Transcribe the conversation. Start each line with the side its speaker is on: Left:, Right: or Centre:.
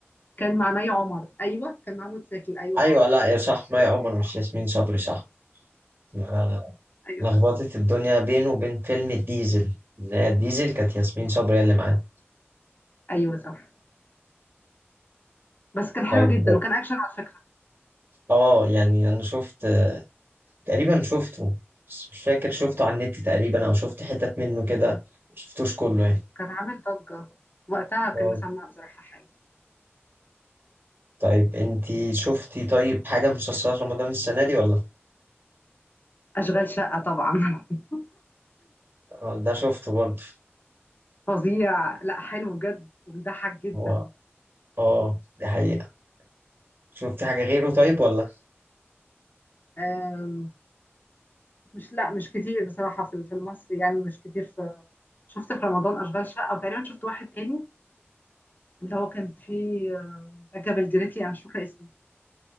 Left: كان مع مي عمر أيوه كان مع محمود زكي أيوه
Right: ايوه
Left: هو
Right: لا يا صح ما يا عمر مش ياسمين صبري صح أنا
Left: أيوه
Right: لخبطت
Left: صح
Right: الدنيا بينه وبين فيلم الديزل اللي هي الديزل كانت ياسمين صبري هي اللي معاه
Left: أيوه صح بس كان حلو
Right: طيب
Left: جدا وكان أكشن على فكرة
Right: اه يعني انا شفت تقريبا شفته بس مش فاكر شفته على النت تقريبا او شفت حتت منه كده مشفتوش كله يعني
Left: كان عامل ضجة وقتها كان
Right: اه
Left: مسمع بصراحة حلو
Right: طيب انتي شفتي طيب حاجة من مسلسلات رمضان السنة دي ولا؟
Left: أشغال شقة طبعا <laughs>
Right: آه، ده شفته برضه
Left: فظيع لا حلو بجد وبيضحك جدا
Right: هو اه دي حقيقة شفتي حاجة غيره طيب ولا؟
Left: أم، مش لا مش كتير بصراحة في في المصري يعني مش كتير في شفت في رمضان أشغال شقة وتقريبا شفت واحد تاني اللي هو كان فيه آه، رجب الجريتي أنا مش فاكرة اسمه